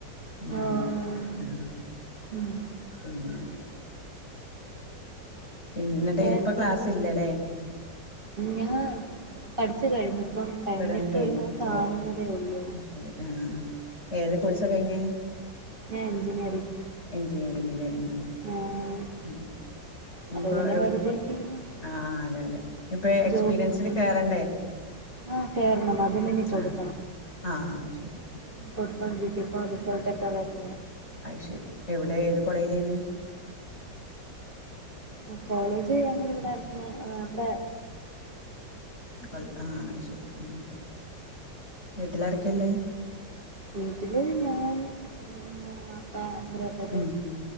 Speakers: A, on the left; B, on the right.
A: ഉം
B: ഓഹ്
A: ഉം
B: ഉം
A: പിന്നെ പിന്നെ ഇന്നട്ട്
B: വേറെ
A: ഇപ്പം ക്ലാസ് ഇല്ലലെ?
B: ഞാൻ പഠിച്ചു കഴിഞ്ഞു ഇപ്പം കഴിഞ്ഞിട്ട്
A: പഠനം കഴിഞ്ഞു
B: ഒരു മാസം
A: ഓ
B: ആവുന്നതേ ഒള്ളൂ
A: ശരി ആഹ് ആഹ് ആഹ് ഏത് കൊഴ്സാ കഴിഞ്ഞെ
B: ഞാൻ എഞ്ചിനിയറിംഗ്.
A: എഞ്ചിനീയറിങ്ങ്ലേ ഉം
B: ആഹ്
A: ഉം
B: അപ്പൊ
A: ഇപ്പോ എവ്ടെ
B: <inaudible>
A: ആഹ് ആഹ് അതെ അതെ ഇഞ് ഇപ്പം എക്സ്പീരിയൻസിന്
B: ജോബ് കിട്ടും
A: കേറണ്ടേ?
B: ആഹ് കേറണം അത് ഇനി കൊടുക്കണം
A: ആ ആ ശരി
B: ഉം കൊടുത്തോണ്ടിരിക്കപ്പം റിസൾട്ടൊക്കെ വന്ന്
A: അത്ശരി എവിടെ ഏത് കൊളേജിലെയിനി
B: ആഹ് കോളേജ് ഞങ്ങളിവിടെ അട്ത്ത് ഇവടെ
A: കൊൽ ആഹ് അത്ശെരി ഉം വീട്ടിലാരെക്കെള്ളെ?
B: വീട്ടില് ഞാൻ ഉമ്മ വാപ്പ ഇവരൊ അത്
A: ഉം